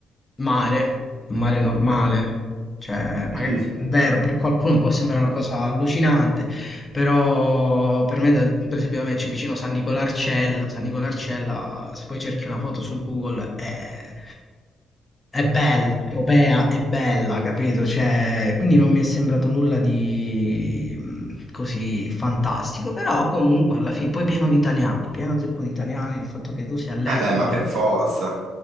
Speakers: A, on the left; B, on the right.
A: mare, un mare normale, cioè, magari,
B: <laughs>
A: è vero, per qualcuno può sembrare una cosa allucinante, però per me, da- per esempio, da me c'è vicino San Nicolarcella. San Nicolarcella, se poi cerchi una foto su Google, è, è bella, è europea, è bella, capito? Cioè, quindi non mi è sembrato nulla di mh, così fantastico, però comunque alla fine, poi pieno di italiani, pieno zeppo di italiani, il fatto che tu sia all'estero
B: Eh beh, ma per forza.